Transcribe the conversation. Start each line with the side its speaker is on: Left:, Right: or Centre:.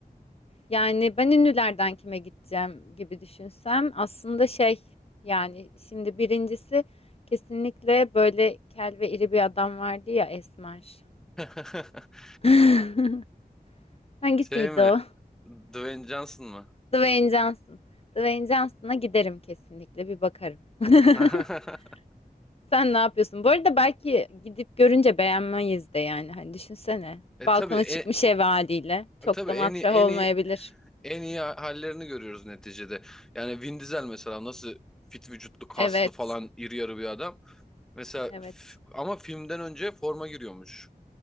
Left: Yani ben ünlülerden kime gideceğim gibi düşünsem aslında şey yani şimdi birincisi kesinlikle böyle kel ve iri bir adam vardı ya Esmer.
Centre: <laughs>
Left: <laughs> Hangisiydi
Centre: Şey mi?
Left: o?
Centre: Dwayne Johnson mı?
Left: Dwayne Johnson. Dwayne Johnson'a giderim kesinlikle bir bakarım. <laughs>
Centre: <laughs>
Left: Sen ne yapıyorsun? Bu arada belki gidip görünce beğenmeyiz de yani. Hani düşünsene.
Centre: E
Left: Balkona
Centre: tabii e,
Left: çıkmış ev haliyle. Çok
Centre: tabii
Left: da
Centre: en
Left: matrah
Centre: iyi en
Left: olmayabilir.
Centre: iyi en iyi hallerini görüyoruz neticede. Yani Vin Diesel mesela nasıl fit vücutlu, kaslı
Left: Evet.
Centre: falan iri yarı bir adam. Mesela
Left: Evet.
Centre: f- ama filmden önce forma giriyormuş.